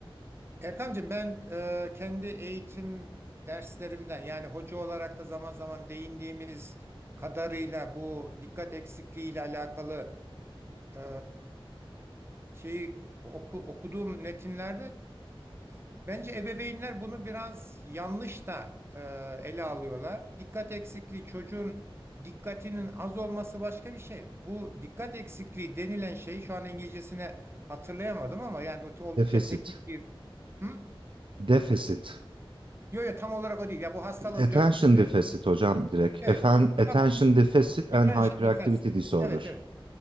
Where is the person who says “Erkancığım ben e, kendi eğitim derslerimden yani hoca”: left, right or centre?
Right